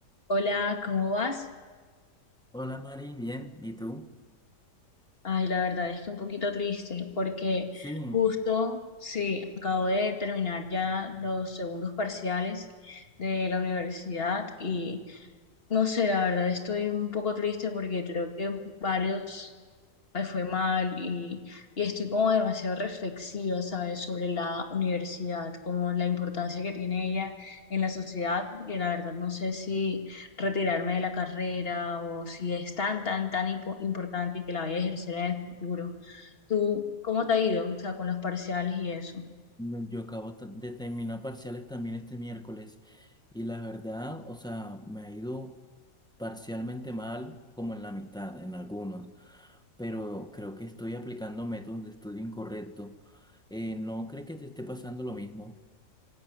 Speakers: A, on the left; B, in the centre.
A: Hola, ¿cómo vas?
B: Hola Mari, bien, ¿y tú?
A: Ay, la verdad es que un poquito triste porque
B: Sí,
A: justo, sí, acabo de terminar ya los segundos parciales de la universidad y no sé, la verdad estoy un poco triste porque creo que varios me fue mal y, y estoy como demasiado reflexiva, ¿sabes?, sobre la universidad, como la importancia que tiene ella en la sociedad, porque la verdad no sé si retirarme de la carrera o si es tan, tan, tan impo- importante y que la vaya a ejercer en el futuro. ¿Tú cómo te ha ido, o sea, con los parciales y eso?
B: no, yo acabo t- de terminar parciales también este miércoles y la verdad, o sea, me ha ido parcialmente mal como en la mitad, en algunos, pero creo que estoy aplicando métodos de estudio incorrecto. Eh, ¿no crees que te esté pasando lo mismo?